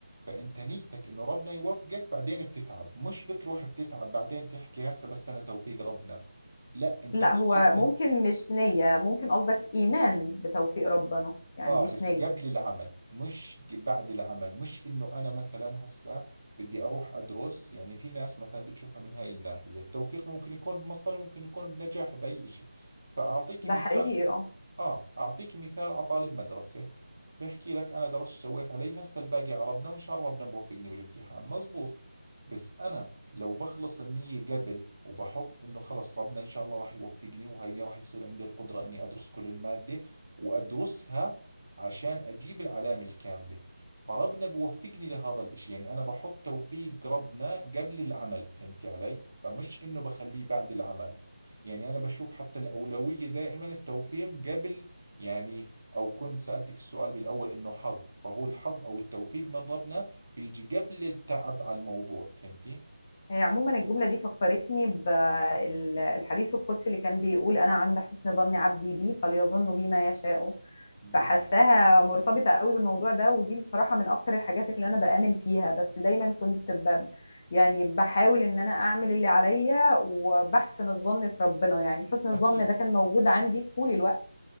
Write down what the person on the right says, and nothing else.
فأنت نيتك إنه ربنا يوفقك بعدين بتتعب مش بتروح بتتعب بعدين تحكي هسه بس أنا توفيق ربنا لا أنت
بتطلب
اه
بس
قبل العمل مش ج- بعد العمل مش انه انا مثلا هسه بدي اروح ادرس يعني في ناس مثلا بتشوفها من هاي الناحية التوفيق ممكن يكون بمصاري ممكن يكون بنجاح باي شيء فاعطيكي
مثال
آه أعطيك مثال على طالب مدرسة بحكي لك أنا درست سويت علي هسا الباقي عربنا وإن شاء الله ربنا بوفقني بالامتحان مزبوط بس أنا لو بخلص النية قبل وبحط إنه خلص ربنا إن شاء الله راح يوفقني وهيني راح يصير عندي القدرة إني أدرس كل المادة وأدرسها عشان أجيب العلامة الكاملة فربنا بوفقني لهذا الإشي يعني أنا بحط توفيق ربنا قبل العمل فهمت علي فمش إنه بخليه بعد العمل يعني انا بشوف حتى الاولويه دائما التوفيق قبل يعني او كنت سالتك السؤال بالاول انه حظ فهو الحظ او التوفيق من ربنا بيجي قبل التعب على الموضوع فهمتي
بال-
اكيد